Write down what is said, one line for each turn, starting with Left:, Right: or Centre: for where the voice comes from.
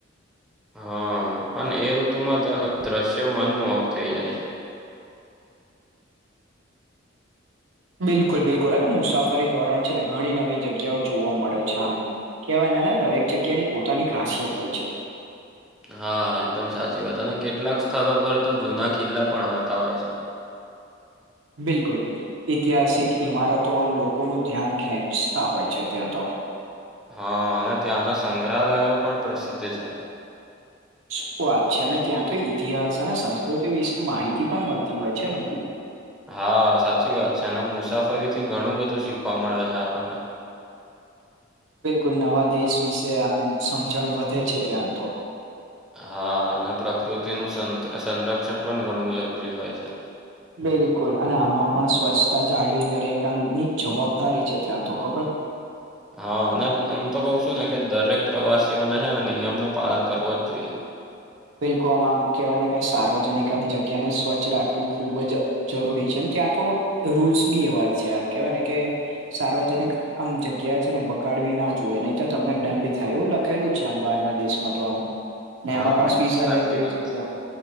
Centre: હા પણ એ ઋતુમાં દ્રશ્ય મનમોહક થઈ જાય છે.
Right: બિલકુલ બિલકુલ અને મુસાફરી ધોરણ છે ને ઘણી નવી જગ્યાઓ જોવા મળે છે આમ કવાય એનાને દરેક જગ્યા ની પોતાની ખાસિયત હોય છે.
Centre: હા એકદમ સાચી વાત અને કેટલાક સ્થળો પર તો જુના કિલ્લા પણ હોતા હોય છે.
Right: બિલકુલ ઐતિહાસિક ઈમારતો આમ લોકોનું ધ્યાન ખેંચતા હોય છે ત્યાં તો
Centre: હા અને ત્યાંના સંગ્રહાલયો પણ પ્રસિદ્ધ છે.
Right: શું વાત છે અને ત્યાં તો ઈતિહાસ અને સંસ્કૃતિ વિશે માહિતી પણ મળતી હોય છે ને.
Centre: હા સાચી વાત છે અને મુસાફરી થી ઘણું બધું શીખવા મળે છે આપણને
Right: બિલકુલ નવા દેશ વિશે આમ સમજણ વધે છે ત્યાં તો
Centre: હા અને પ્રકૃતિનુંું સંરક્ષણ પણ ઘણું જરૂરી હોય છે.
Right: બિલકુલ અને આમાં પણ સ્વચ્છતા જાળવી દરેકામની જવાબદારી છે ત્યાં તો ખબર
Centre: હા અને હું તો કઉ છું ને કે દરેક પ્રવાસીઓને છે ને નિયમ ન પાલન કરવો જ જોઈએ
Right: બિલકુ આમ આમ કહેવાય ને કે સાર્વજનિક આમ જગ્યાને સ્વચ્છ રાખવી ખૂબ જ જરૂરી છે ત્યાં તો રૂલ્સ બી એવા છે આમ કેવાય ને કે સાર્વજનિક આમ જગ્યા છે ને બગાડવી ના જોઈએ નહી તો તમને દંડ થાય એવું લખેલું જ છે આ બાર ના દેશમાં તો આમ
Centre: હા
Right: ને એમાં પણ
Centre: એ
Right: સ્વિઝરલેન્ડ
Centre: તો સાચી
Right: જેવી
Centre: વાત
Right: જગ્યા
Centre: છે